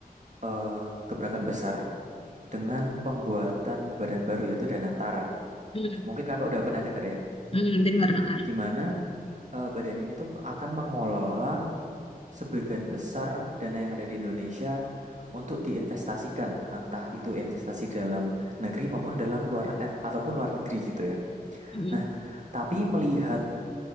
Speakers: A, on the right; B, on the left.
A: eee, gebrakan besar dengan pembuatan badan baru yaitu Danantara.
B: Hmm,
A: Mungkin Kakak udah pernah dengar ya?
B: hmm, dengar dengar.
A: Di mana Eee, badan ini tuh akan mengelola sebagian besar dana yang ada di Indonesia untuk diinvestasikan, entah itu investasi dalam negeri maupun dalam luar eh, ataupun luar negeri gitu ya.
B: Hmm,
A: Nah, tapi melihat,